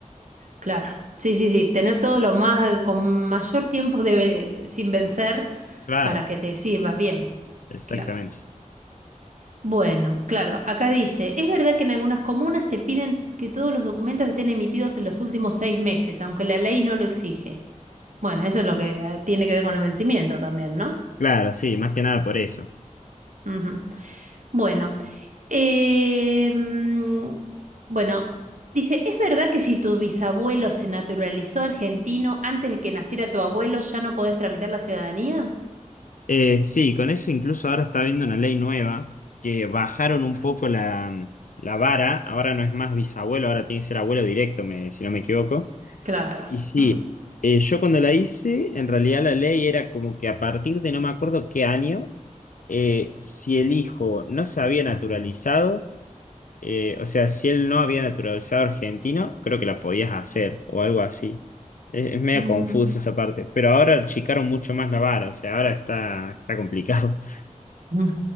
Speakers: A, on the right; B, on the left.
A: Claro. Sí, sí, sí, tener todo lo más, con mayor tiempo de, sin vencer
B: Claro,
A: para que te sirva bien.
B: exactamente.
A: Claro. Bueno, claro, acá dice, ¿es verdad que en algunas comunas te piden que todos los documentos estén emitidos en los últimos seis meses, aunque la ley no lo exige? Bueno, eso es lo que eh, tiene que ver con el vencimiento también, ¿no?
B: Claro, sí, más que nada por eso.
A: Ujú. Bueno, eh, mm, bueno, dice, ¿es verdad que si tu bisabuelo se naturalizó argentino antes de que naciera tu abuelo, ya no podés tramitar la ciudadanía?
B: Eh, sí, con eso incluso ahora está habiendo una ley nueva que bajaron un poco la, la vara, ahora no es más bisabuelo, ahora tiene que ser abuelo directo, me- si no me equivoco.
A: Claro.
B: Y sí,
A: Mm,
B: eh, yo cuando la hice, en realidad la ley era como que a partir de no me acuerdo qué año, eh, si el hijo no se había naturalizado, eh, o sea, si él no había naturalizado argentino, creo que la podías hacer o algo así. Es, es medio
A: mm,
B: confuso esa parte, pero ahora achicaron mucho más la vara, o sea, ahora está, está complicado. <laughs>
A: mm,